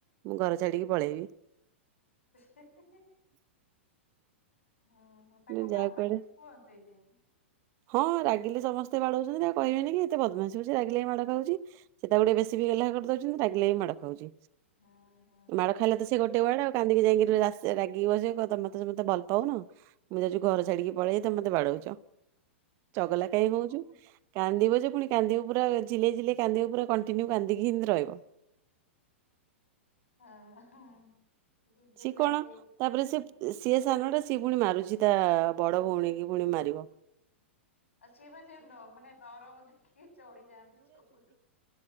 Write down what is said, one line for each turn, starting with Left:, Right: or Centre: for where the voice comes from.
Right: ମୁଁ ଘର ଛଡିକି ପଳେଇବି।
Left: <inaudible>
Right: <inaudible>
Left: ଓୁ ହୋ ତାଙ୍କ
Right: ମୁଁ ଯାହା
Left: ବାବା
Right: କୁଆଡେ
Left: କିଛି କୁହନ୍ତିନି?
Right: ହଁ ରାଗିଲି ସମସ୍ତେ ବାଡଉଛନ୍ତି ଆଉ କହିବନି କି ଏତେ ପଦ୍ମାସୀ ହଉଛି ରାଗିଲ ମାଡ଼ ଖାଉଛନ୍ତି। ସେଟା ଗୋଟ ବେଶି ଗଲା କରି ଦଉଛନ୍ତି ନା ରାଗିଲେ ବି ମାଡ଼ ଖାଉଛି।
Left: ହଁ
Right: ମାଡ
Left: ହଁ ନା
Right: ଖାଇଲେ
Left: ମୁଁ
Right: ତ
Left: କହିଲି
Right: ସେ ଗୋଟେ ଡ ଆଉ କାନ୍ଦିକି ଯାଇକି ସେ ରାଗି ବସ ତମତେ ତତେ ଭଲ ପାଉନ ମୁଁ ଯାଉଛି ଘର ଛାଡିକି ପଳେଇି ତମତେ ବାଡଉଛ। ଚଗଲା କାଇ
Left: ଓହୋ
Right: ହୋଉଛୁ?
Left: ହଁ।
Right: କାନ୍ଦିବ ଯେ ପୁଣି କାନ୍ଦିବ ପୁରାଝିଲେଇ ଜିଲେଇ କାନ୍ଦିବ ପୁରା କଣ୍ଟିନ୍ୟୁ କାନ୍ଦିକି ହିଁରହିବ
Left: ହ ସେ ଟିକେ ଗେଲ୍ହା
Right: ସିଏ କଣ
Left: ହେଇଯାଇଛି
Right: ତାପରେ
Left: ଆଉ
Right: ସେ ସିଏ ସାନଟା ସିଏ ପୁଣି ମାରୁଛି ତା ବଡ ଭଉଣୀ କି ପୁଣି ମାରିବ।
Left: ଆଉ ସିଏ ବା ସିଏ ମାନେ ନରମ ଦେଖିକି ଚଢ଼ି ଯାଆନ୍ତି ସବୁ।